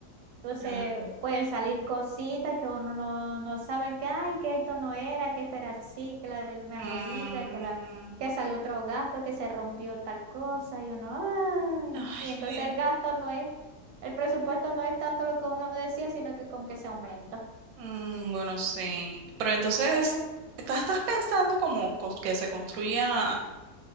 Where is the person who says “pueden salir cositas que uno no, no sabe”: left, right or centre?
Right